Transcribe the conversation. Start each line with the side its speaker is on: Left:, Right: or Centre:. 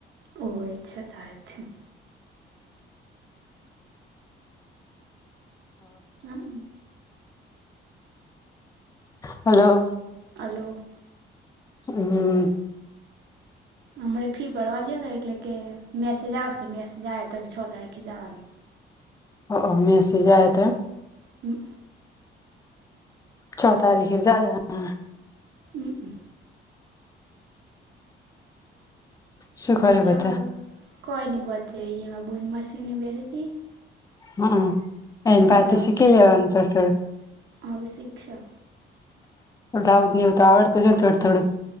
Right: ઓ અચ્છા તારક થી. હમ્મ.
Left: હાલો.
Right: હાલો.
Left: હમ્મ.
Right: હમણા ફી ભરવા જયા હતા એટલે કે મેસેજ આવશે મેસેજ આવે તો કે છ તારીખે જવાનું.
Left: હક મેસેજ આવે તો
Right: હમ્મ.
Left: છ તારીખે જાય હા.
Right: હમ્મ, હમ્મ.
Left: શું કરે
Right: જ
Left: બધા?
Right: કોઈ નની બધે એ બોલ મશની બેઠ હતી.
Left: હા હ એન એન તાર
Right: બ્લાઉઝ
Left: થી શીખી લેવાનું થોડું થોડું.
Right: હવે શીખશો
Left: રાઉજ નહીં તો આવડતો કે થોડું થોડું.